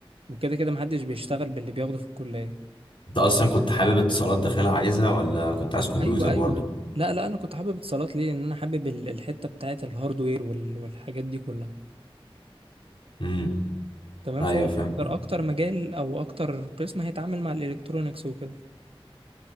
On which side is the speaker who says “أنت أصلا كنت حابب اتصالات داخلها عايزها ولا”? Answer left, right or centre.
Left